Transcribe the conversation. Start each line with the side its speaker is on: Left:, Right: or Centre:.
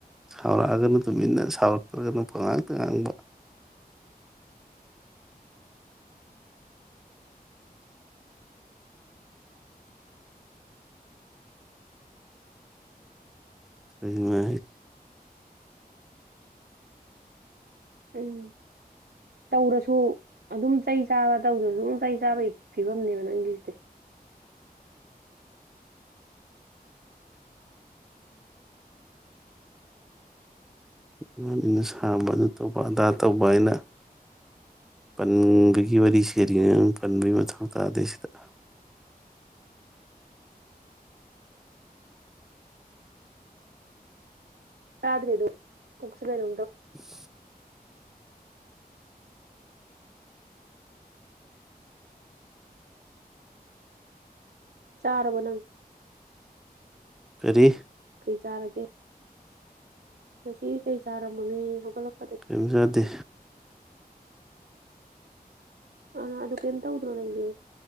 Centre: ꯁꯥꯎꯔꯛꯑꯒꯅ ꯇꯨꯃꯤꯟꯅ ꯁꯥꯎꯔꯛꯇ꯭ꯔꯒꯅ ꯉꯥꯡꯇ ꯉꯥꯡꯕ ꯁꯃ
Right: ꯎꯝ ꯇꯧꯔꯁꯨ ꯑꯗꯨꯝ ꯆꯩ ꯆꯥꯕ ꯇꯧꯗ꯭ꯔꯁꯨ ꯑꯗꯨꯝ ꯆꯩ ꯆꯥꯕꯒꯤ ꯐꯤꯕꯝꯅꯦꯕ ꯅꯪꯒꯤꯁꯤꯗꯤ
Centre: ꯏꯃꯅ ꯁꯥꯝꯕ ꯑꯗꯨ ꯇꯧꯕ ꯑꯗꯥ ꯇꯧꯕ ꯑꯩꯅ ꯄꯟꯕꯒꯤ ꯋꯥꯔꯤ ꯁꯦꯔꯤꯉꯩꯗ ꯅꯪ ꯄꯟꯕꯒꯤ ꯃꯊꯧ ꯇꯥꯗꯦ ꯁꯤꯗ
Right: ꯗ ꯑꯗꯨ ꯄꯨꯁꯤꯗꯔ
Centre: <unintelligible>
Right: ꯆꯔ ꯋꯥꯅꯪ
Centre: ꯀꯔꯤ
Right: ꯀꯩ ꯆꯥꯔꯒꯦ ꯉ ꯀꯩ ꯆꯥꯔꯝꯃꯅꯤ ꯍꯧꯒꯠꯂꯛꯄ
Centre: ꯀꯩꯝꯖꯗꯦ
Right: ꯑ ꯑꯗꯨ ꯀꯔꯤꯝ ꯇꯧꯗ꯭ꯔꯣ ꯅꯪꯗꯤ